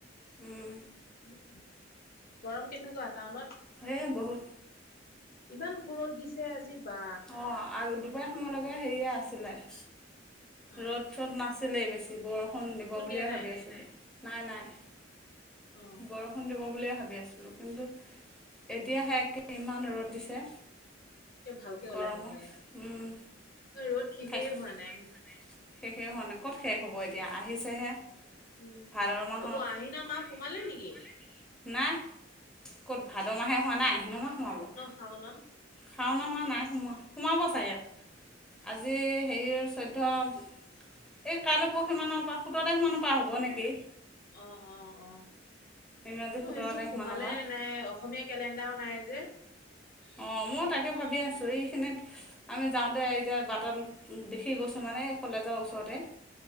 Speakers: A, in the centre; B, on the left (about 50°).
A: উম।
B: সেইটোয়ে গৰম কেনেকুৱা টাউনত?
A: এই বহুত।
B: ইমান <inaudible> ৰত দিছে আজি বা।
A: অঁ আৰু দুবাৰ সময়লৈকে হেৰিয়ে আছিলে। <inaudible>
B: অ
A: ৰ'দ-চ'দ নাছিলেই বেছি। বৰষুণ দিব বুলিয়ে
B: দিয়া নাই
A: ভাবি আছিলো। <inaudible> নাই-নাই।
B: অ
A: বৰষুণ দিব বুলিয়ে ভাবি আছিলো কিন্তু <inaudible> এতিয়াহে
B: উম
A: একে ইমান ৰ'দ দিছে
B: কে ভালকে ওলাইছে
A: গৰমত।
B: চাগে
A: উম! <unintelligible>
B: ৰ'দ শেষেই
A: থাক
B: হোৱা নাই। <inaudible>
A: <unintelligible> শেষেই হোৱা নাই ক'ত শেষ হ'ব এতিয়া আহিছেহে।
B: উম
A: ভাদ মাহত।
B: অ ব আহিন মাহ সোমালে
A: <inaudible>
B: নেকি
A: নাই। ক'ত ভাদ মাহে হোৱা নাই, আহিনৰ মাহ সোমাব। <inaudible>
B: শাওণ না <unintelligible>
A: শাওণৰ মাহ নাই সোমোৱা সোমাব চাগৈ আৰু। <inaudible> আজি হেৰিৰ চৈধ্য <unintelligible> এই কাইলৈ, পৰহি মানৰ পৰা সোতৰ তাৰিখমানৰ পৰা হ'ব নেকি। <unintelligible>
B: অঁ-অঁ-অঁ। <unintelligible>
A: ইংৰাজী
B: মই
A: সোতৰ
B: ভাবিছোঁ
A: তাৰিখ
B: সোমালে
A: মানৰ পৰা
B: নে নাই? অসমীয়া কেলেণ্ডাৰ নাই যে। <unintelligible>
A: অঁ! মইও তাকে ভাবি আছো। এইখিনিত <inaudible> আমি যাওঁতে এতিয়া বাটত দেখি গৈছোঁ মানে কলেজৰ ওচৰতে। <inaudible>